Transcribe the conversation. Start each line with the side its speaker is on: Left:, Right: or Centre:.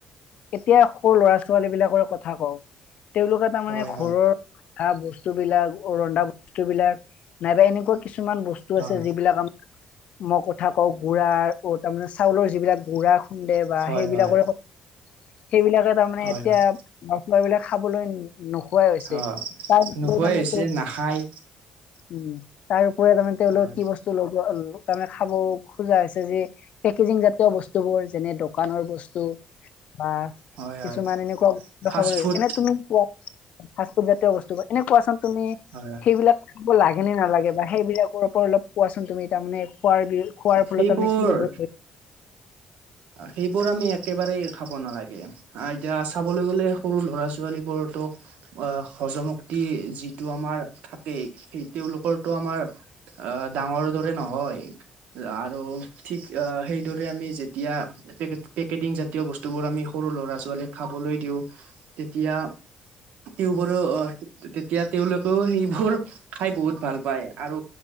Left: এতিয়া সৰু ল'ৰা ছোৱালী। ছোৱালী বিলাকৰ কথা কওঁ। তেওঁলোকে তাৰ
Right: হয়
Left: মানে ঘৰৰ
Right: হয়
Left: আ বস্তু বিলাক ৰন্ধা বস্তু বিলাক নাইবা এনেকুৱা কিছুমান বস্তু
Right: হয়
Left: আছে যি বিলাক আমাৰ মই কথা কও গুড়া অহ ', তাৰমানে চাউলৰ যিবিলাক গুড়া খুন্দে বা
Right: হয়
Left: সেইবিলাকৰে
Right: হয়
Left: - সেইবিলাকে তাৰমানে
Right: হয়
Left: এয়া
Right: হয়
Left: <unintelligible> অহ ', এইবিলাক খাবলৈ নি নোখোৱাই হৈছে
Right: অ
Left: তাৰ তমান
Right: নোখোৱাই হৈছে নাখায়
Left: উম, <unintelligible> তাৰ পুৰাই দেখোন তেওলোকক
Right: হয়
Left: কি বস্তু ল'ব। তাৰমানে খাব খোজা হৈছে যে পেকেজিং জাতীয় বস্তু বোৰ। যেনে দোকানৰ বস্তু বা
Right: হয়
Left: কি
Right: হয়
Left: তুমাৰ এনেকুৱা দেখাবলৈ
Right: ফাষ্ট ফুড
Left: ল এনে তুমি কোৱা জাতীয় বস্তু বা এনে কোৱাচোন তুমি
Right: হয়
Left: সেইবিলাক খাব লাগে নে নালাগে বা সেইবিলাক ৰ পৰা অলপ কোৱাচোন তুমি তাৰ মানে খোৱাৰ বি খোৱাৰ
Right: সেইবোৰ
Left: ফলত মানে কি লব লাগিব।
Right: সেইবোৰ আমি একেবাৰেই খাব নালাগে এতিয়া চাবলৈ গ'লে সৰু ল'ৰা ছোৱালী বোৰতো অহ ', হজমক্তি যিটো আমাৰ থাকেই সেই তেওঁলোকৰটো আমাৰ অহ ডাঙৰ দৰে নহয় আৰু ঠিক অহ ', সেইদৰে আমি যে এতিয়া পেকেটিং জাত বস্তুবোৰ আমি সৰু লৰা ছালীক খাবলৈ দিও। তেতিয়া টিবৰে অহ ', তিওবৰৰ তেওঁলোকেও সেইবোৰ খাই বহুত ভাল পায় আৰু